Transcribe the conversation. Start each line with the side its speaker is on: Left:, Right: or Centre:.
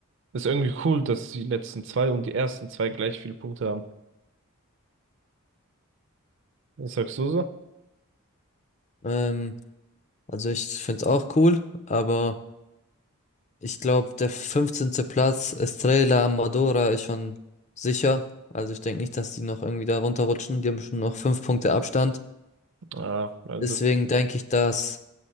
Right: es irgendwie cool, dass die letzten zwei und die ersten zwei gleich viele Punkte haben. Was sagst du so?
Left: Ähm, also ich finde es auch cool, aber. Ich glaube, der fünfzehnte Platz, Estrella Amadora, ist schon sicher. Also ich denke nicht, dass die noch irgendwie da runterrutschen. Die haben schon noch fünf Punkte Abstand.
Right: Ja, also,
Left: Deswegen denke ich, dass